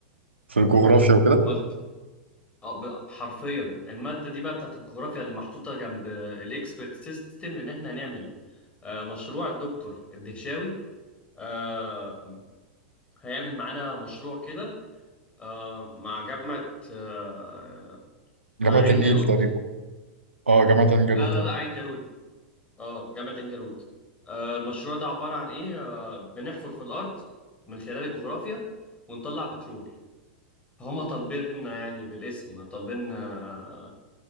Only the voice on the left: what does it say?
ملت آه، ب- حرفيا المادة دي بقى بتاعت الجغرافيا اللي محطوطة جنب الاكسبرت سيستم لان احنا هنعمل آه، مشروع الدكتور الدهشاوي آه، هيعمل معانا مشروع كده آه، مع جامعة آه،
آه، عين
جالوت
لا لا
لا عين جالوت اه جامعة عين جالوت آه المشروع ده عبارة عن ايه آه بنحفر في الأرض من خلال الجغرافيا ونطلع بترول فهم طالبيننا يعني بالاسم طالبيننا آه